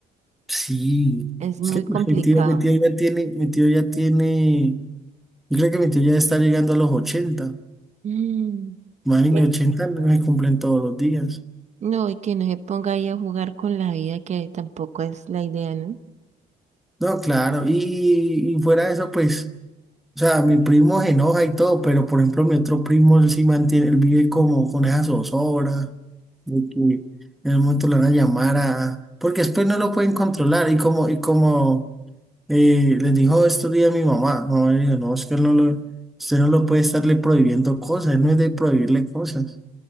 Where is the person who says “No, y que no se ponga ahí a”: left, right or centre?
Right